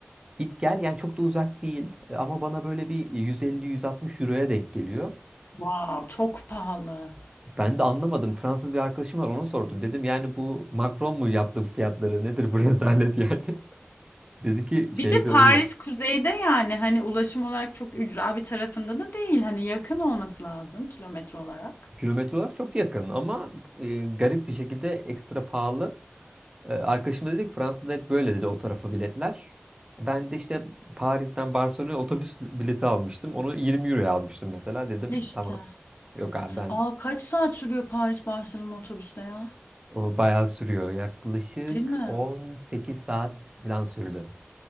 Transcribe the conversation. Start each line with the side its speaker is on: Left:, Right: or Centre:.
Right: git gel yani çok da uzak değil E, ama bana böyle bir 150-160 euroya denk geliyor.
Left: Wow, çok pahalı.
Right: Ben de anlamadım. Fransız bir arkadaşım var ona sordum. Dedim yani bu Macron mu yaptı bu fiyatları? Nedir bu rezalet yani? <laughs> Dedi ki
Left: Bir
Right: şey
Left: de Paris
Right: de öyle.
Left: kuzeyde yani hani ulaşım olarak çok ücra bir tarafında da değil. Hani yakın olması lazım kilometre olarak.
Right: Kilometre olarak çok yakın ama e, garip bir şekilde ekstra pahalı. Ee, Arkadaşım da dedi ki Fransa'da hep böyle dedi o tarafa biletler. Ben de işte Paris'ten Barcelona'ya otobüs bileti almıştım. Onu 20 euroya almıştım mesela. Dedim
Left: İşte.
Right: tamam. Yok abi ben
Left: Aa kaç saat sürüyor Paris Barcelona otobüste ya?
Right: o bayağı sürüyor. Yaklaşık
Left: Değil mi?
Right: 18 saat falan sürdü.